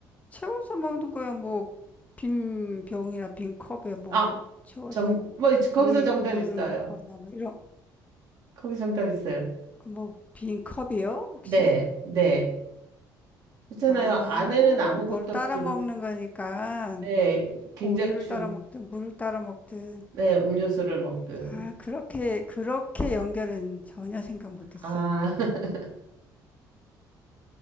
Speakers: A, on the left (about 20°); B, on the right (about 55°).
A: 채워서 먹는 거야. 뭐 빈 병이나 빈 컵에 뭘
B: 아,
A: 채워서
B: 정, 뭐 거기서
A: 물
B: 정답
A: 물을
B: 있어요.
A: 먹거나 뭐 이런
B: 거기 정답 있어요.
A: 그 뭐빈 컵이요? 혹시?
B: 네, 네. 그렇잖아요.
A: 아,
B: 안에는 아무것도
A: 뭘 따라
B: 없지.
A: 먹는 거니까
B: 네, 굉장히
A: 뭐 우유를
B: 주,
A: 따라 먹든 물을 따라 먹든
B: 네, 음료수를 먹든.
A: 아, 그렇게 그렇게 연결은 전혀 생각 못 했어요.
B: 아, <laughs>